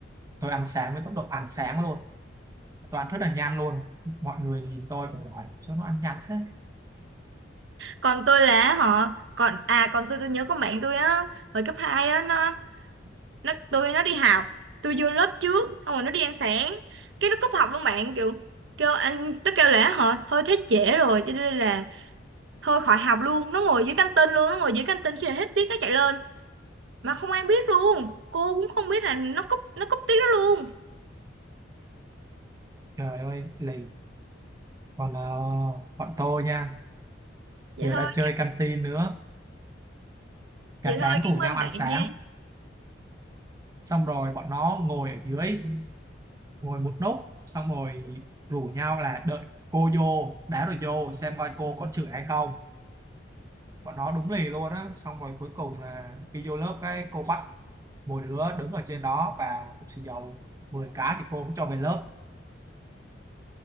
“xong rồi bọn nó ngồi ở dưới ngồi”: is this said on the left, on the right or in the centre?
Right